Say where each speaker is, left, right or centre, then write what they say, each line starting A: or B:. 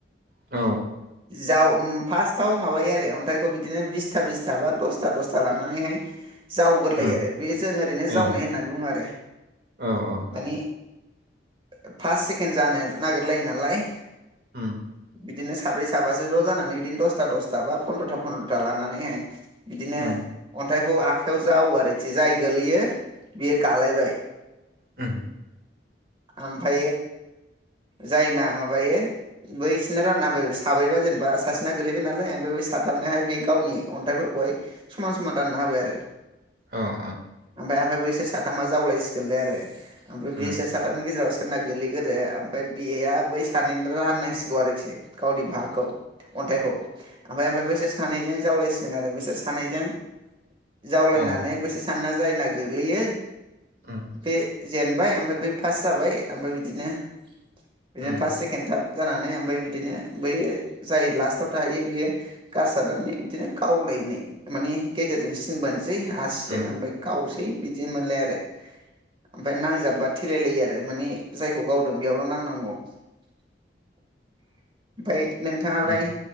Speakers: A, on the right; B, on the right.
A: औ
B: जाव फार्स्टआव माबायो आरो अन्थाइखौ बिदिनो बिसथा बिसथा बा दसथा दसथा लानानैहाय जावगोरलायो
A: उम
B: आरो बे जों ओरैनो जावनाय
A: ए
B: होननानै बुङो आरो
A: औ औ
B: माने फास र्सेकेणड जानो नागिरलायो नालाय
A: उम
B: बिदिनो साब्रै साबासो ज' जानानै बिदिनो दसथा दसथा बा पन्द्रथा फन्द्रथा लानानैहाय बिदिनो
A: उम
B: अन्थाइखौ आखायाव जावो आरोखि जाय गोलैयो बियो गालायबाय
A: उम
B: ओमफ्र जायना माबायो। बैसोरनो राननााय साब्रैबा जेनेबा सासेना गोगलैबाय नालाय ओमफ्राय बे साथाबनोहाय बे गावनि अन्थाइफोरखौहाय समान समान रानना होबाय आरो।
A: औ औ
B: ओमफफ्राय ओमफ्राय बैसोर साथामा जावलायसिगोनलै आरो ओमफ्राय
A: उम
B: बिसोर साथाम सथामनि गेजेराव सोरना गोगलैग्रो ओमफ्राय बेया बै सानैनिनो राननांसिगौ आरोखि गावनि भाहाखौ अन्थाइखौ ओमफ्राय ओमफ्राय बैसोर सानैजों जावलायसिगोन आरो बोसोर सानैजों जावलायनानै
A: औ उम
B: बैसोर साननैना जायना गोग्लैयो
A: उम
B: बे जेनबाय ओमफ्राय बै फास जाबाय ओमफ्राय बिदिनो। बिदिनो
A: उम
B: फार्स्ट सेकेन्ड थार्ड जानानै ओमफ्राय बिदिनो बैयो जाय लास्टआव थाहैयो बियो गारसारानानै बिदिनो गावलायनाय। मानि गेजेरजों सिनबोनोसै आसिजों
A: उम
B: ओमफ्राय गावसै बिदि मोनलाय आरो ओमफफ्राय नांजाबबा थलायलायो आरो मानिे जायखौ गावदों बेयावल' नांनांगौ। ओमफ्राय नोंथाङालाय।
A: उम